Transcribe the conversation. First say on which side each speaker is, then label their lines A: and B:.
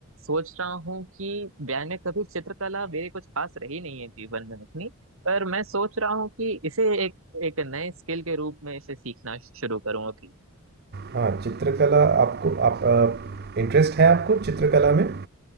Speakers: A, on the right; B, on the right.
A: सोच रहा हूँ कि मैंने कभी चित्रकला मेरी कुछ खास रही नहीं है जीवन में अपनी पर मैं सोच रहा हूँ कि इसे एक एक नए स्किल के रूप में इसे सीखना शुरू करूँ अभी
B: हाँ चित्रकला आपको आप इंटरेस्ट है आपको चित्रकला में